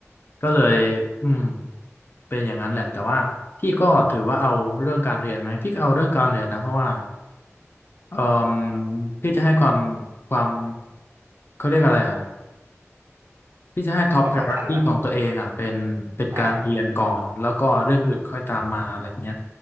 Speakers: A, on the left (about 45°); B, on the right (about 55°).
A: ก็เลยอืมเป็นอย่างนั้นแหละแต่ว่าพี่ก็ถือว่าเอาเรื่องการเรียนไหมพี่ก็เอาเรื่องการเรียนนะเพราะว่า เอ่มพี่จะให้ความความเขาเรียกอะไรอ่ะพี่จะให้ top
B: ความสำคัญนะฮะ
A: p r ออร r ตี้ของตัวเองอ่ะเป็นเป็นการเรียนก่อนแล้วก็เรื่องอื่นค่อยตามมาอะไรเงี้ย
B: อ่า